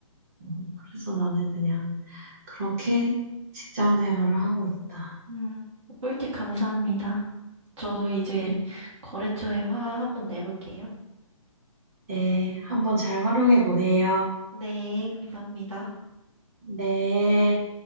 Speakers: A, on the right; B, on the right.
A: 음. 그래서 나는 그냥 그렇게 직장 생활을 하고 있다.
B: 음, 꿀팁 감사합니다. 저도 이제
A: 네,
B: 거래처에 화 한번 내볼게요.
A: 네. 한번 잘 활용해 보세요.
B: 네, 감사합니다.
A: 네.